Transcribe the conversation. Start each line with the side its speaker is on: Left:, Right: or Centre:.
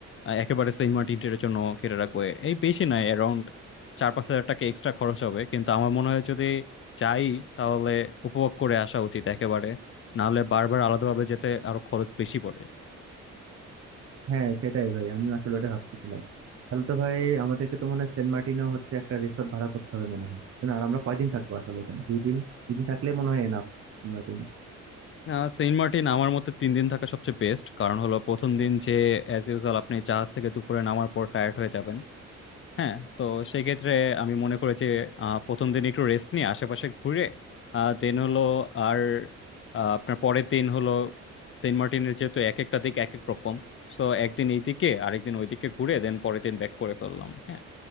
Left: আহ, একেবারে সেন্ট মার্টিনের জন্য কেটে রাখবো এই বেশি নয় অ্যারাউন্ড চার পাঁচ হাজার টাকা এক্সট্রা খরচ হবে কিন্তু আমার মনে হয় যদি যাই তাহলে উপভোগ করে আসা উচিত একেবারে নাহলে বারবার আলাদাভাবে যেতে আরো খরচ বেশি পড়ে
Right: হ্যাঁ সেটাই ভাই আমি আসলে ওটা ভাবতেছিলাম তাহলে তো ভাই আমাদেরকে তো মনে হয় সেন্ট মার্টিনেও হচ্ছে একটা রিসোর্ট ভাড়া করতে হবে মনে হয় তাই না? আর আমরা কয়দিন থাকবো আসলে এখানে দুই দিন দুই দিন থাকলে মনে হয় এনাফ সেন্ট মার্টিন
Left: আহ সেন্ট মার্টিন আমার মতে তিন দিন থাকা সবচেয়ে বেস্ট কারণ হলো প্রথম দিন যে অ্যাজ ইউজুয়াল আপনি জাহাজ থেকে দুপুরে নামার পর টায়ার্ড হয়ে যাবেন হ্যাঁ তো সেক্ষেত্রে আমি মনে করি যে আহ, প্রথম দিন একটু রেস্ট নিয়ে আশেপাশে ঘুরে দেন হলো আর আহ, আপনার পরের দিন হলো সেন্ট মার্টিনের যেহেতু এক একটা দিক এক এক রকম তো একদিন এইদিকে আরেকদিন ওইদিকে ঘুরে দেন পরের দিন ব্যাক করে ফেললাম হ্যাঁ